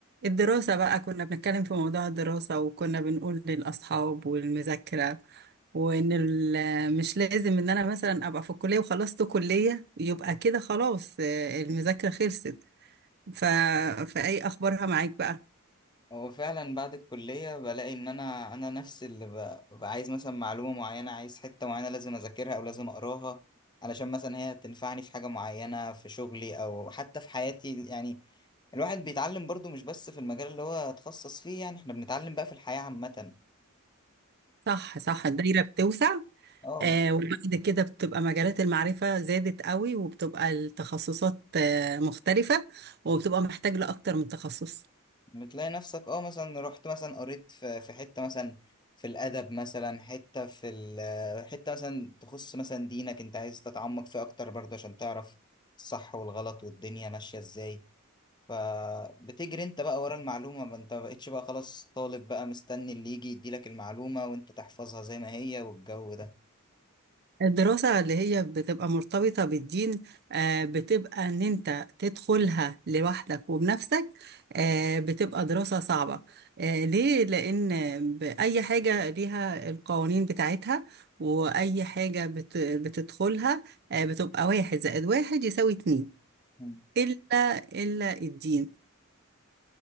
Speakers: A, on the right (about 50°); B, on the left (about 20°).
A: الدراسة بقى كنا بنتكلم في موضوع الدراسة وكنا بنقول للأصحاب والمذاكرة وإن ال- مش لازم إن أنا مثلا أبقى في الكلية وخلصت كلية يبقى كده خلاص آه، المذاكرة خلصت ف... فأي أخبارها معاك بقى
B: هو فعلا بعد الكلية بلاقي إن أنا أنا نفسي اللي ب- ببقى عايز مثلا معلومة معينة عايز حتة معينة لازم أذاكرها أو لازم أقراها علشان مثلا هي تنفعني في حاجة معينة في شغلي أو حتى في حياتي يعني الواحد بيتعلم برضو مش بس في المجال اللي هو اتخصص فيه يعني إحنا بنتعلم بقى في الحياة عامة
A: صح صح الدايرة بتوسع
B: اه
A: آه، وبعد كده بتبقى مجالات المعرفة زادت قوي وبتبقى التخصصات آه، مختلفة وبتبقى محتاج لأكتر من تخصص
B: بتلاقي نفسك اه مثلا رحت مثلا قريت في في حتة مثلا في الأدب مثلا حتة في ال حتة مثلا تخص مثلا دينك انت عايز تتعمق فيه أكتر برضه عشان تعرف الصح والغلط والدنيا ماشية ازاي فبتجري انت بقى ورا المعلومة ما انت مبقتش بقى خلاص طالب بقى مستني اللي يجي يديلك المعلومة وانت تحفظها زي ما هي والجو ده
A: الدراسة اللي هي بتبقى مرتبطة بالدين آه، بتبقى إن أنت تدخلها لوحدك وبنفسك آه، بتبقى دراسة صعبة آه، ليه؟ لأن بأي حاجة ليها القوانين بتاعتها وأي حاجة بت- بتدخلها آه، بتبقى واحد زائد واحد يساوي اتنين
B: مم.
A: إلا إلا الدين